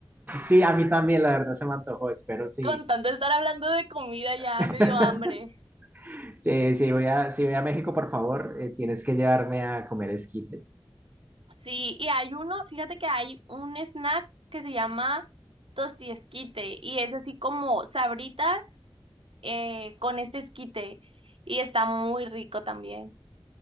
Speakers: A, on the right; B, on the right.
A: Sí, a mí también, la verdad se me antojó, espero sí.
B: Con tanto estar hablando de comida ya
A: <laughs>
B: me dio hambre.
A: Sí, sí, voy a, si voy a México, por favor, eh, tienes que llevarme a comer esquites.
B: Sí, y hay uno, fíjate que hay un snack que se llama tostiesquite y es así como sabritas eh, con este esquite y está muy rico también.